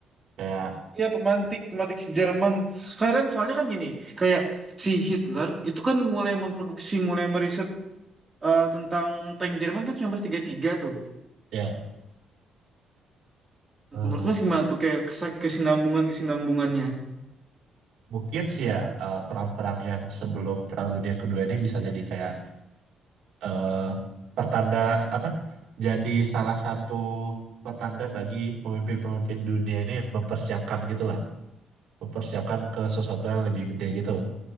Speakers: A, on the right; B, on the right.
A: Kayak
B: Iya pemantik pemantik si Jerman. Karena kan soalnya kan gini, kayak si Hitler itu kan mulai memproduksi, mulai meriset eh, tentang tank Jerman kan 1933 tuh.
A: ya.
B: Nah,
A: eh,
B: Menurut Mas gimana tuh kayak kese- kesinambungan kesinambungannya?
A: Mungkin sih ya eh, perang-perang yang sebelum Perang Dunia Kedua ini bisa jadi kayak eh, pertanda apa? Jadi salah satu pertanda bagi pemimpin-pemimpin dunia ini mempersiapkan gitulah, mempersiapkan ke sesuatu yang lebih gede gitu.